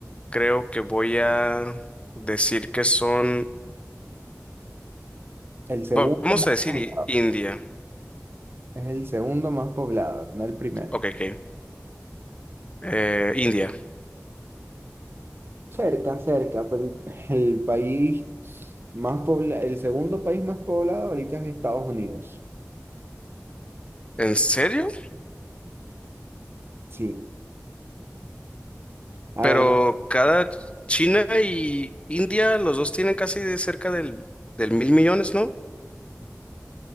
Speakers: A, on the left; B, on the right.
A: creo que voy a decir que son...
B: El segundo
A: Va- Vamos
B: más
A: a decir
B: poblado,
A: i- India.
B: es el segundo más poblado, no el primero.
A: Ok, ok. Eh, India.
B: Cerca, cerca, pero el, el país más pobla- el segundo país más poblado ahorita es Estados Unidos.
A: ¿En serio?
B: Sí. A
A: Pero
B: ver,
A: cada China y India, los dos tienen casi de cerca del, del mil millones, ¿no?